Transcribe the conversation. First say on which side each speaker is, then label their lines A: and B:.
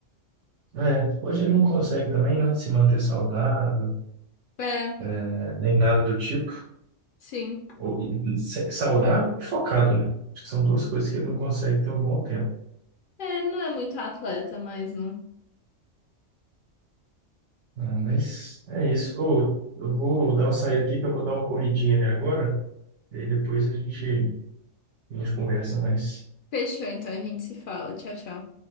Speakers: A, on the right; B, on the left.
A: É, hoje ele não consegue também, né? Se manter saudável,
B: É,
A: né, nem nada do tipo.
B: sim.
A: Ou, e, se- saudável e focado, né? Acho que são duas coisas que ele não consegue ter um bom tempo.
B: É, ele não é muito atleta mais, não.
A: Ah, mas é isso. Ô, eu vou dar uma saída aqui, que eu vou dar uma corridinha ali agora. E aí depois a gente, a gente conversa mais.
B: Fechou, então a gente se fala. Tchau, tchau.